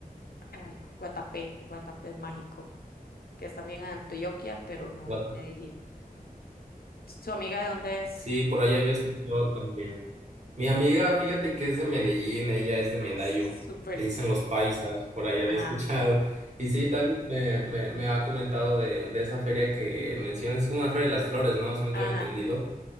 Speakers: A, on the left; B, on the right.
A: ay, Guatapé, Guatapé es mágico, que es también en Antioquia, pero no
B: What?
A: en Medellín. ¿Su amiga de dónde es?
B: Sí, por ahí había escuchado también. Mi amiga, fíjate que es de Medellín, ella es de Medallo,
A: Ah, súper.
B: le dicen los paisas, por ahí había
A: Ajá,
B: escuchado. Y sí, también me, me, me ha comentado de, de esa feria que mencionas, es como una feria de las flores, ¿no? Según
A: ajá,
B: tengo entendido.